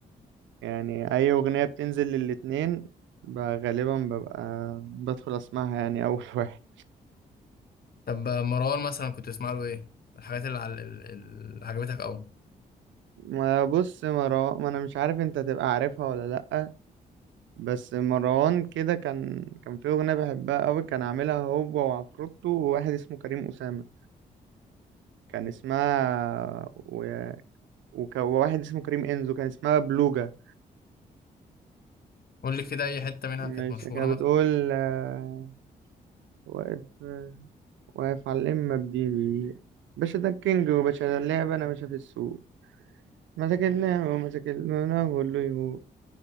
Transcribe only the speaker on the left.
طب آه، مروان مثلا كنت تسمع له إيه الحاجات اللي, عل... ال- ال- اللي عجبتك أوي
قول لي كده أي حتة منها
كانت مشهورة
مثلا